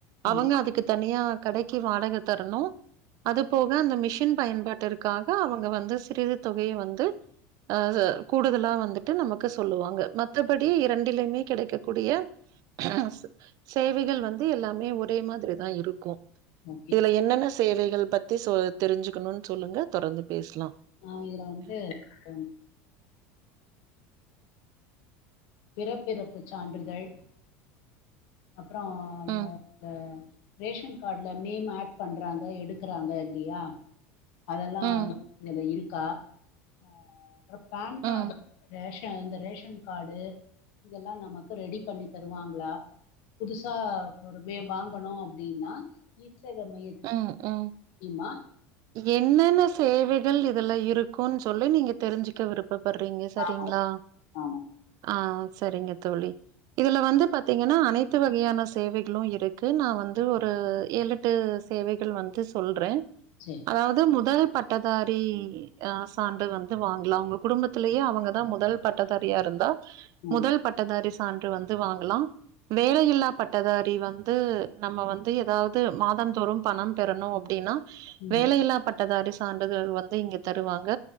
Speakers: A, on the right; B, on the left.
A: அவங்க
B: ம்
A: அதுக்கு தனியா கடைக்கு வாடக தரணு அது போக அந்த மிஷின் பயன்பாட்டிற்காக அவங்க வந்து சிறிது தொகைய வந்து அ கூடுதலா வந்துட்டு நமக்கு சொல்லுவாங்க மத்தபடி இரண்டிலியுமே கெடைக்கக்கூடிய அ சு சேவைகள் வந்து எல்லாமே ஒரே மாதிரி தா இருக்கு
B: ஓகே
A: இதுல என்னென்ன சேவைகள் பத்தி சொ தெரிஞ்சுக்குணு சொல்லுங்க தொடர்ந்து பேச்லா
B: ஆ இதுல வந்து ம் பிறப்பு இறப்பு சான்றிதழ் அப்புறோ அந்த
A: ம்
B: அ ரேஷன் காட்ல நேம் ஆட் பண்றாங்க எடுக்குறாங்க இல்லியா அதெல்லா
A: ம்
B: இதுல இருக்கா அ அப்புறோ பேன்
A: ம்,
B: காடு ரேஷன் இந்த ரேஷன் காடு இதெல்லா நமக்கு ரெடி பண்ணி தருவாங்ளா புதுசா ஒரு வே வாங்கணு அப்டீனா இ சேவ மைய
A: ம் ம்
B: யிமா
A: என்னென்ன சேவைகள் இதுல இருக்குன் சொல்லி நீங்க தெரிஞ்சுக்க விருப் பப் பறீங்க சரிங்ளா
B: ஆமா ஆமா
A: ஆ சரிங்க தோழி இதுல வந்து பாத்தீங்கன்னா அனைத்து வகையான சேவைகளு இருக்கு நா வந்து ஒரு ஏழெ ட்டு சேவைகள் வந்து சொல்றே
B: செரி
A: அதாவ்து முதல் பட்டதாரி அ சான்று வந்து வாங்கலா உங்க குடும்பத்திலியே அவங் கதா முதல் பட்டதாரியா இருந்தா
B: ம்
A: முதல் பட்டதாரி சான்று வந்து வாங்கலா வேலையில்லா பட்டதாரி வந்து நம்ம வந்து எதாவ்து மாதந்தோறு பணம் பெறணு அப்டின்னா
B: ம்
A: வேலையில்லா பட்டதாரி சான்றிதழ் வந்து இங்க தருவாங்க